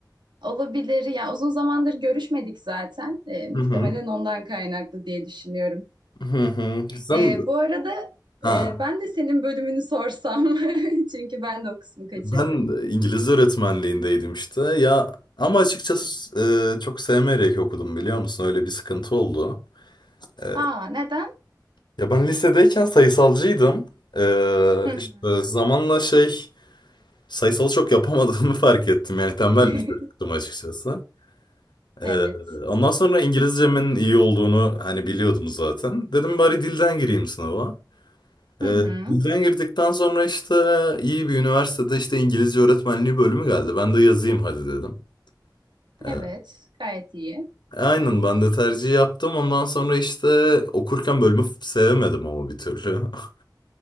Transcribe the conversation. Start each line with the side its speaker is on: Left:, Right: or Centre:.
Right: Olabilir. Ya uzun zamandır görüşmedik zaten. E, muhtemelen
Left: Hı hı.
Right: ondan kaynaklı diye düşünüyorum.
Left: Hı hı. Sen
Right: E, bu arada
Left: ha
Right: e, ben de senin bölümünü sorsam. <laughs> Çünkü ben de o kısmı kaçırdım.
Left: ben İngilizce öğretmenliğindeydim işte. Ya ama açıkçası e, çok sevmeyerek okudum biliyor musun? Öyle bir sıkıntı oldu. E,
Right: Aa, neden?
Left: Ya ben lisedeyken sayısalcıydım. Ee,
Right: Hı hı.
Left: işte zamanla şey sayısalı çok yapamadığımı <laughs> fark ettim. Yani tembel
Right: <laughs>
Left: bir çocuktum açıkçası. Ee,
Right: Evet.
Left: ondan sonra İngilizcemin iyi olduğunu hani biliyordum zaten. Dedim bari dilden gireyim sınava.
Right: Hı
Left: Ee,
Right: hı.
Left: dilden girdikten sonra işte iyi bir üniversitede işte İngilizce öğretmenliği bölümü geldi. Ben de yazayım hadi dedim. Ee,
Right: Evet, gayet iyi.
Left: Aynen ben de tercih yaptım. Ondan sonra işte okurken bölümü sevemedim ama bir türlü. <laughs>